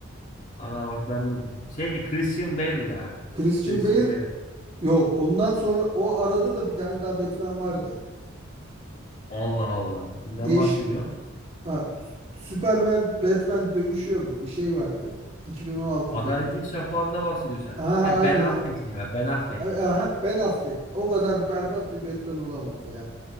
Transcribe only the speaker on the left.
Ana bak ben de unuttum. Şey Christian Bale ya.
Christian
Bale.
Allah Allah. Kimden
bahsediyorsun?
Adaletin
Şafağı'nda bahsediyorsun.
Ha
Ben Affleck
ya. Ben Affleck.